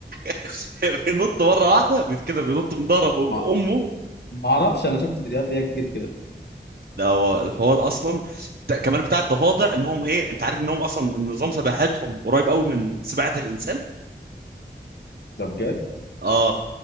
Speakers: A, on the right; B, on the left.
A: <laughs> بينط مره واحده بيت- كده بينط من ظهر أبو-
B: ما
A: امه
B: ما اعرفش انا شفت فيديوهات ليها كتير كده
A: ده هو الحوار اصلا بتا- كمان بتاع الضفادع انهم ايه انت عارف انهم اصلا نظام سباحتهم قريب قوي من سباحه الانسان
B: ده بجد
A: اه